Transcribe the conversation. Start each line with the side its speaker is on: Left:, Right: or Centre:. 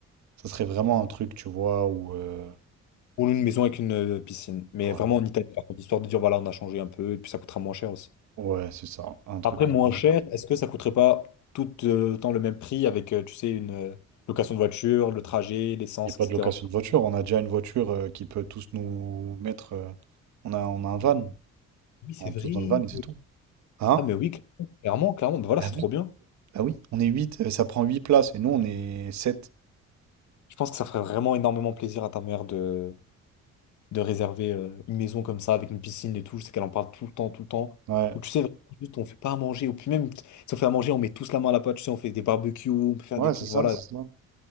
Right: ça serait vraiment un truc, tu vois, où. euh,
Left: Ou une maison avec une euh, piscine. Mais
Right: voilà.
Left: vraiment en Italie, par contre, histoire de dire, voilà, on a changé un peu, et puis ça coûtera moins cher aussi.
Right: Ouais, c'est ça, un truc
Left: Après,
Right: comme
Left: moins
Right: t'as dit.
Left: cher, est-ce que ça coûterait pas tout euh, autant le même prix avec, euh, tu sais, une euh, location de voiture, le trajet, l'essence,
Right: Il n'y a pas
Left: etc.
Right: de location de voiture, on a déjà une voiture euh, qui peut tous nous mettre. euh, on a, on a un van,
Left: Oui, c'est
Right: on rentre
Left: vrai.
Right: tous dans le van et c'est tout. Hein?
Left: Ah mais oui, clairement, clairement, Bah, voilà,
Right: Bah
Left: c'est trop
Right: oui.
Left: bien.
Right: Bah oui, on est 8. euh, ça prend 8 places et nous, on est sept.
Left: Je pense que ça ferait vraiment énormément plaisir à ta mère de, de réserver euh, une maison comme ça, avec une piscine et tout. Je sais qu'elle en parle tout le temps, tout le temps.
Right: Ouais,
Left: Ou tu sais, vraiment, juste on fait pas à manger. Ou puis même, si on fait à manger, on met tous la main à la pâte, tu sais, on fait des barbecues, on peut faire
Right: ouais,
Left: des trucs,
Right: c'est ça,
Left: voilà.
Right: c'est ça.